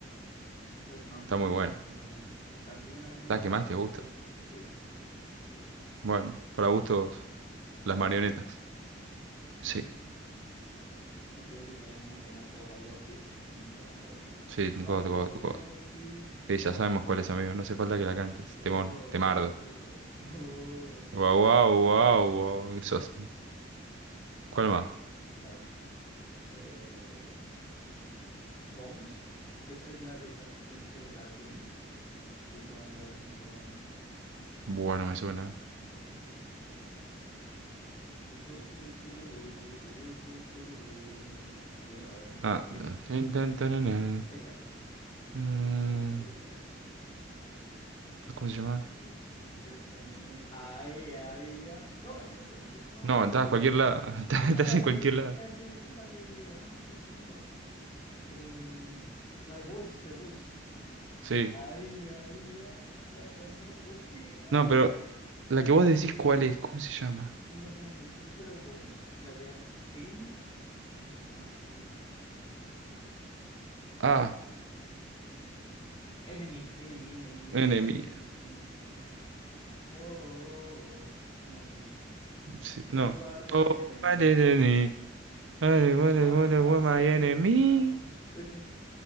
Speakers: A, on the left; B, on the right.
A: Es la que más me
B: Está
A: gusta
B: muy buena.
A: de Imagine Dragons. También hay una
B: La que más
A: que
B: te
A: se
B: gusta.
A: hizo... Sí, sí, sí, sí.
B: Bueno, para gustos, las
A: Abuelas.
B: marionetas. Sí,
A: Otro que sí también muy famoso, Radioactive, en también esa época.
B: sí, God,
A: Radioactive,
B: God, God. Sí, ya
A: radio.
B: sabemos cuál es, amigo. No hace falta que la cantes.
A: Oh,
B: Temón, temardo.
A: oh, oh, oh.
B: Wow, wow, wow, wow. ¿Qué sos? ¿Cuál más?
A: <laughs> Vale. Eh, Bones, que esa es la de canción, creo, de Arcane, que hizo una colaboración con.
B: Bueno, me suena.
A: eh, tu, tu, tu, tururú, tururú, tu, tururú. Tu, Coño, la de,
B: Ah.
A: la de Arcane.
B: eh, tan, tarana,
A: Esa,
B: mm,
A: sí, esa, esa.
B: ¿Cómo se llama?
A: This entertainment. Ay, ay, ay. No, esa es la, perdón, esa, no,
B: No,
A: esa es
B: estás
A: la de.
B: a cualquier
A: es-
B: lado.
A: eh,
B: <laughs> Estás
A: no, esa
B: estás
A: es la
B: en
A: de.
B: cualquier lado.
A: Calla, calla, esa es la de. Ah, ¿cómo se llamaba? Em, la de Voice, The Voice.
B: Sí.
A: Ay, ay, ay. No, no, no. Hostia, qué temazo.
B: No, pero la que vos decís, ¿cuál es? ¿Cómo se llama?
A: Es verdad, es- esa es la de Bones. Y la de R- Kane. ¿Cómo se llamaba, tío?
B: Ah,
A: Enemy, enemy, enemy, enemy,
B: enemy.
A: enemy, enemy. Oh, oh, oh, oh. No, eso no.
B: Sí, no.
A: You are my
B: Oh,
A: enemy.
B: what is enemy? What is- what
A: Guau,
B: is- what
A: temazo,
B: is- what my
A: Steam
B: enemy?
A: Imagine Dragons. eh. Es esa.